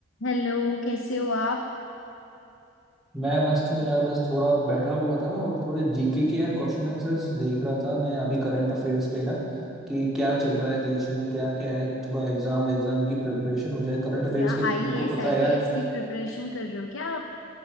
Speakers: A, on the left; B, in the centre.
A: Hello कैसे हो आप
B: मैं मस्त हूँ यार बस थोड़ा बैठा हुआ था और थोड़े जीके के यार क्वेश्चन आंसर्स देख रहा था मैं अभी करंट अफेयर्स पे ना कि क्या चल रहा है देश में क्या क्या है थोड़ा एग्जाम एग्जाम की प्रिपरेशन हो जाए करंट अफेयर्स
A: क्या
B: के तुमको
A: आईएएस
B: पता
A: आईपीएस
B: है यार
A: की प्रिपरेशन कर रहे हो क्या आप